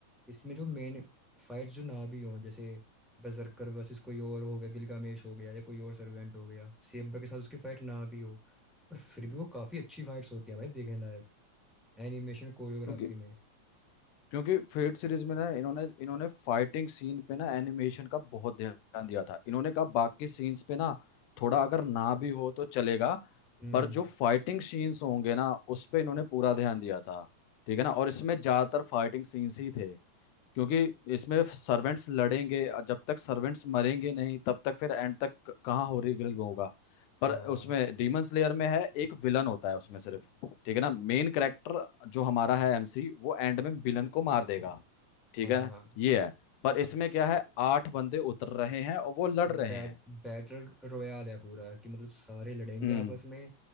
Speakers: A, in the centre; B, on the left (about 85°).
A: इसमें जो मेन फाइट्स जो ना भी हों जैसे बजरकर वर्सेस कोई और हो गया गिलगामेश हो गया या कोई और सर्वेंट हो गया सेब्रा के साथ उसकी फाइट ना भी हो पर फिर भी वो काफी अच्छी फाइट्स होती हैं भाई देखने लायक एनिमेशन कोरियोग्राफी
B: क्योंकि
A: में
B: क्योंकि फेट सीरीज में ना इन्होंने इन्होंने फाइटिंग सीन पे ना एनिमेशन का बहुत ध्यान दिया था इन्होंने कहा बाकी सीन्स पे ना थोड़ा अगर ना भी हो तो चलेगा
A: हम्म
B: पर जो फाइटिंग सीन्स होंगे ना उस पे इन्होंने पूरा ध्यान दिया था ठीक है ना और इसमें ज्यादातर फाइटिंग सीन्स ही थे क्योंकि इसमें सर्वेंट्स लड़ेंगे जब तक सर्वेंट्स मरेंगे नहीं तब तक फिर एंड तक क- कहाँ होलीग्रेल होगा पर
A: हाँ
B: उसमें डीमन स्लेयर में है एक विलन होता है उसमें सिर्फ ठीक है ना मेन कैरेक्टर जो हमारा है एमसी वो एंड में विलन को मार देगा ठीक
A: हाँ
B: है
A: हाँ
B: ये है पर इसमें क्या है आठ बंदे उतर रहे हैं और वो लड़ रहे
A: बैट
B: हैं
A: बैटल रोyale है पूरा कि मतलब सारे लड़ेंगे
B: हम्म
A: आपस में